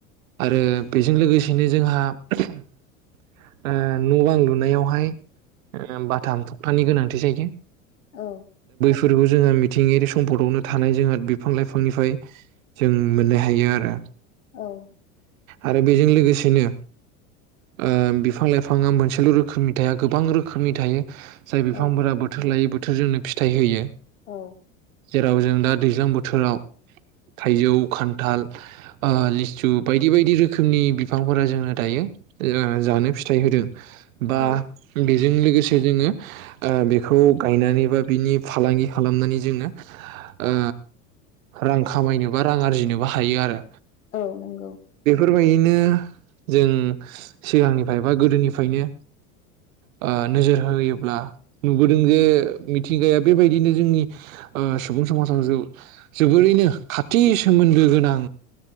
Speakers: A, on the right; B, on the left.
A: आरो बेजों लोगोसेनो जोंहा ओ न'-बां लुनायावहाय ओ बाथाम थखथानि गोनांथि जायो।
B: औ।
A: फोरबो जोंहा मिथिंगायारि सम्पदआवनो थानाय जोंहा बि फां लाइफांनिफ्राय जों मोननो हायो आरो।
B: औ।
A: आरो बेजों लोगोसेनो ओ बिफां लाइफाङा मोनसेल' रोखोमनि थाया गोबां रोखोमनि थायो। जाय बिफांफोरा
B: औ
A: बोथोर लायै बोथोरजोंनो फि थायहोयो।
B: औ
A: जेराव जों दा दैज्लां बोथ थोराव थाइजौ खान्थाल आ लिसु बायदि बायदि रोखोमनि बिफांफोरा जोंनो दायो जानो फिथाइ होदों। बा
B: औ
A: बेजों लोगोसे जोङो आ बेखौ गायनानै बा बिनि फालांगि खालामनानै जोङो आ रां खामायनोबा रां आरजिनोबो हायो आरो।
B: औ नंगौ।
A: बेफोरबायदिनो जों सिगांनिफ्राय बा गोदोनिफ्रायनो ओ नोजोर होयोब्ला नुबोदों जे मिथिंगाया बेबायदिनो जोंनि ओ सुबुं समाजाव जौ जोबोरैनो खाथि सोमोन्दो गोनां